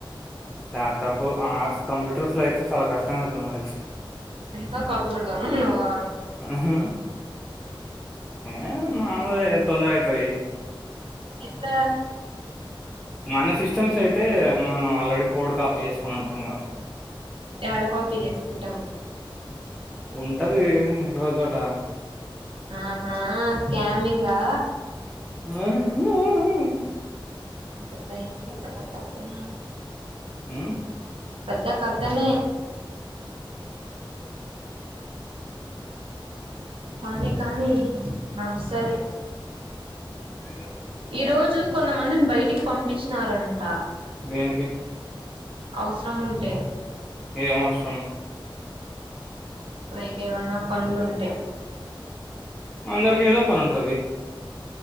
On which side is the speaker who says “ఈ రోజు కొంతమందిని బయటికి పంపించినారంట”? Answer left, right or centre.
Right